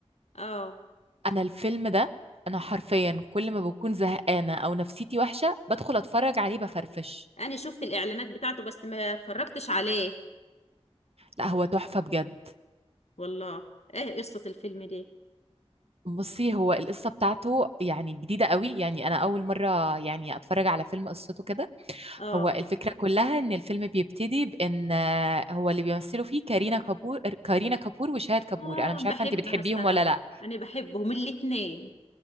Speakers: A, on the left; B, on the right.
A: اه
B: انا الفيلم ده انا حرفيا كل ما بكون زهقانه او نفسيتي وحشه بدخل اتفرج عليه بفرفش
A: انا شفت الاعلانات بتاعته بس ما اتفرجتش عليه
B: لا هو تحفه بجد
A: والله ايه قصه الفيلم ده
B: بصي هو القصه بتاعته يعني جديده قوي يعني انا اول مره يعني اتفرج على فيلم قصته كده
A: اه
B: هو الفكرة كلها إن الفيلم بيبتدي بإن آه، هو اللي بيمثلوا فيه كارينا كابور كارينا كابور وشاهد كابور
A: اه
B: أنا مش عارفة
A: بحبها
B: أنت بتحبيهم
A: الصراحه
B: ولا لأ
A: انا بحبهم الاتنين